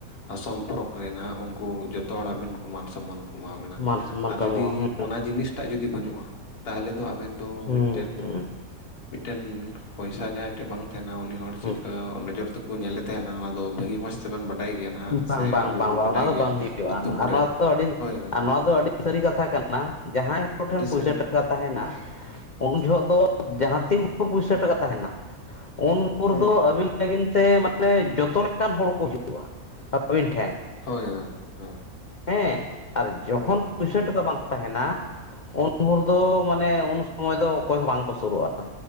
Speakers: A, on the left; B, on the left.
A: ᱟᱥᱚᱢ ᱯᱚᱨᱚᱠ ᱨᱮ ᱱᱟᱦᱟᱜ ᱩᱝᱠᱩ ᱡᱚᱛᱚ ᱦᱚᱲ ᱟᱵᱤᱱ ᱠᱚ ᱢᱟᱱ ᱥᱚᱢᱢᱟᱱ ᱠᱚ ᱮᱢᱟᱵᱤᱱᱟ
B: ᱢᱟᱱ
A: ᱾
B: ᱥᱚᱱᱢᱟᱱ
A: ᱟᱨ
B: ᱠᱚ
A: ᱡᱩᱫᱤ
B: ᱮᱢᱚᱜᱼᱟ ᱦᱩᱸ
A: ᱚᱱᱟ ᱡᱤᱱᱤᱥᱴᱟᱜ ᱡᱩᱫᱤ ᱵᱟᱹᱱᱩᱜᱼᱟ ᱛᱟᱦᱚᱞᱮ ᱫᱚ ᱟᱵᱮᱱ ᱫᱚ
B: ᱦᱩᱸ
A: ᱢᱤᱫᱴᱮᱱ
B: <inaudible>
A: ᱢᱤᱫᱴᱮᱱ ᱯᱚᱭᱥᱟ ᱡᱟᱦᱟᱸᱭ ᱴᱷᱮᱡ ᱵᱟᱝ ᱛᱟᱦᱮᱱᱟ ᱩᱱᱤ ᱦᱚᱲ ᱪᱮᱫ
B: ᱦᱩᱸ
A: ᱞᱮᱠᱟ ᱱᱚᱡᱚᱨ ᱛᱮᱠᱚ ᱧᱮᱞᱮ ᱛᱟᱦᱮᱱᱟ ᱚᱱᱟ ᱫᱚ ᱵᱷᱟᱹᱜᱤ ᱢᱚᱸᱡᱽ ᱥᱮᱵᱚᱱ ᱵᱟᱰᱟᱭ ᱜᱮᱭᱟ ᱱᱟᱦᱟᱜ
B: ᱵᱟᱝ
A: ᱥᱮ
B: ᱵᱟᱝ
A: ᱟᱵᱚ
B: ᱵᱟᱝ
A: ᱵᱚᱱ
B: ᱵᱟᱝ
A: ᱵᱟᱰᱟᱭ
B: ᱚᱱᱟ ᱫᱚ
A: ᱜᱮᱭᱟ
B: ᱵᱟᱝ ᱦᱩᱭᱩᱜᱼᱟ
A: ᱟᱹᱛᱩ
B: ᱟᱨ
A: ᱠᱚᱨᱮ᱾
B: ᱱᱚᱣᱟ ᱫᱚ ᱟᱹᱰᱤ
A: ᱦᱳᱭ ᱦᱳᱭ
B: ᱟᱨ ᱱᱚᱣᱟ ᱫᱚ ᱟᱹᱰᱤ ᱥᱟᱹᱨᱤ ᱠᱟᱛᱷᱟ ᱠᱟᱱᱟ ᱡᱟᱦᱟᱸᱭ ᱦᱚᱲ
A: ᱟᱹᱰᱤ
B: ᱴᱷᱮᱱ ᱯᱩᱭᱥᱟᱹ
A: ᱥᱟᱹᱨᱤ
B: ᱴᱟ ᱠᱟ ᱛᱟᱦᱮᱱᱟ ᱩᱱ ᱡᱚᱦᱚᱜ ᱫᱚ
A: ᱦᱮᱸ
B: ᱡᱟᱦᱟᱸ ᱛᱤᱱ ᱯᱩᱭᱥᱟ ᱴᱟᱠᱟ ᱛᱟᱦᱮᱱᱟ ᱩᱱ ᱵᱷᱳᱨ
A: ᱦᱮᱸ
B: ᱫᱚ ᱟᱹᱵᱤᱱ ᱞᱟᱹᱜᱤᱱ ᱛᱮ ᱢᱟᱱᱮ ᱡᱚᱛᱚ ᱞᱮᱠᱟᱱ ᱦᱚᱲ ᱠᱚ <unintelligible> ᱟᱵᱤᱱ ᱴᱷᱮᱱ ᱾
A: ᱦᱳᱭ ᱦᱳᱭ ᱦᱳᱭ᱾
B: ᱦᱮᱸ ᱟᱨ ᱡᱚᱠᱷᱚᱱ
A: ᱦᱮᱸ
B: ᱯᱩᱭᱥᱟ ᱴᱟᱠᱟ ᱵᱟᱝ ᱛᱟᱦᱮᱱᱟ ᱩᱱ ᱵᱷᱳᱨ ᱫᱚ ᱢᱟᱱᱮ ᱩᱱ ᱥᱚᱢᱚᱭ ᱫᱚ ᱚᱠᱚᱭ ᱦᱚᱸ ᱵᱟᱝᱠᱚ ᱥᱩᱨᱩᱜᱼᱟ᱾